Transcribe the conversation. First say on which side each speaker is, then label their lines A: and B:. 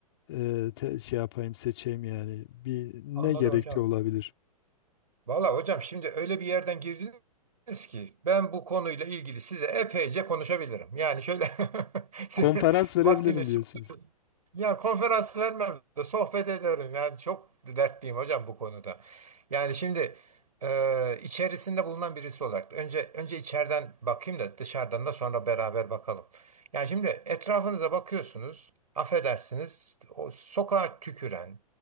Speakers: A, on the left (about 45°); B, on the right (about 70°).
A: e, te- şey yapayım seçeyim yani bir ne
B: Anladım
A: gerekçe
B: hocam.
A: olabilir?
B: Valla hocam şimdi öyle bir yerden girdiniz ki ben bu konuyla ilgili size epeyce konuşabilirim. Yani şöyle <laughs> sizin
A: Konferans verebilirim
B: vaktiniz
A: diyorsunuz.
B: Ya konferans vermem de sohbet ederim. Yani çok dertliyim hocam bu konuda. Yani şimdi e, içerisinde bulunan birisi olarak önce önce içeriden bakayım da dışarıdan da sonra beraber bakalım. Yani şimdi etrafınıza bakıyorsunuz. Affedersiniz. O sokağa tüküren,